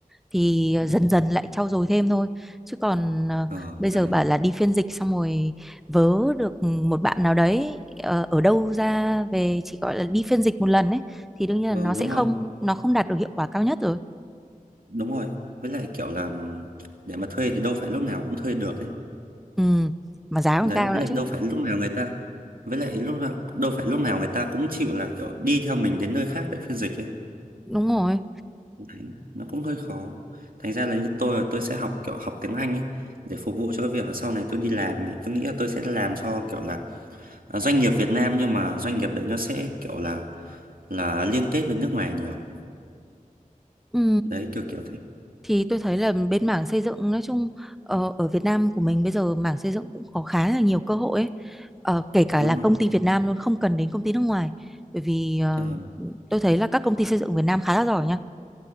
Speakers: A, in the centre; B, on the right.
A: thì ờ,
B: Ừ.
A: dần dần lại trau dồi thêm thôi chứ còn ờ,
B: Ờ,
A: bây giờ
B: đấy.
A: bảo là đi phiên dịch xong rồi vớ được một bạn nào đấy ờ, ở đâu ra về chỉ gọi là đi phiên dịch một lần ấy thì đương nhiên
B: Ừ,
A: là nó
B: đúng
A: sẽ không
B: rồi.
A: nó không đạt được hiệu quả cao nhất rồi
B: Đúng rồi. Với lại kiểu là để mà thuê thì đâu phải lúc nào cũng thuê được ấy.
A: ừ mà giá còn
B: đấy
A: cao
B: với
A: nữa
B: lại
A: chứ
B: đâu phải lúc nào người ta với lại lúc nào đâu phải lúc nào người ta cũng chịu là kiểu đi theo mình đến nơi khác để phiên dịch ấy
A: đúng rồi
B: đấy nó cũng hơi khó thành ra là như tôi là tôi sẽ học kiểu học tiếng Anh ấy để phục vụ cho cái việc là sau này tôi đi làm vì tôi nghĩ là tôi sẽ làm cho kiểu là à, doanh nghiệp Việt Nam nhưng mà doanh nghiệp đấy nó sẽ kiểu là là liên kết với nước ngoài nhiều
A: ừ
B: đấy kiểu kiểu thế
A: Thì tôi thấy là bên mảng xây dựng nói chung ờ, ở Việt Nam của mình bây giờ mảng xây dựng cũng có khá là nhiều cơ hội ấy. Ờ, kể cả
B: đúng
A: là công
B: rồi
A: ty Việt Nam luôn không cần đến công ty nước ngoài bởi vì ờ,
B: Ờ,
A: tôi thấy là các công ty xây dựng Việt Nam khá là giỏi nha